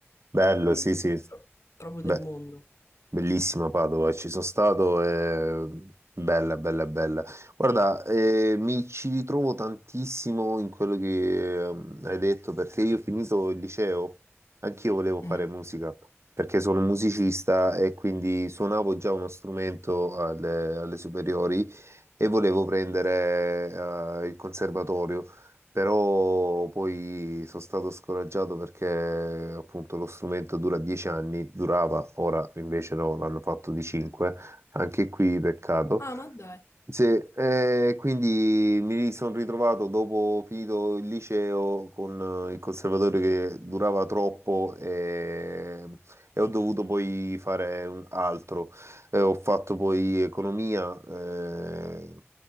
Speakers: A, on the right; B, on the left.
A: Bello,
B: quindi
A: sì, sì.
B: pro- proprio
A: Beh.
B: del mondo.
A: Bellissima Padova, ci sono stato, è bella, bella, bella. Guarda, eh, mi ci ritrovo tantissimo in quello che ehm, hai detto perché io ho finito il liceo, anch'io volevo
B: Mhm.
A: fare musica perché sono un musicista e quindi suonavo già uno strumento alle, alle superiori e volevo prendere eh, il conservatorio però poi sono stato scoraggiato perché appunto lo strumento dura 10 anni, durava, ora invece no, l'hanno fatto di 5, anche qui peccato.
B: Ah, ma dai.
A: Sì, eh, quindi mi sono ritrovato dopo finito il liceo con eh, il conservatorio che durava troppo e, e ho dovuto poi fare un altro. Eh, ho fatto poi economia, eh,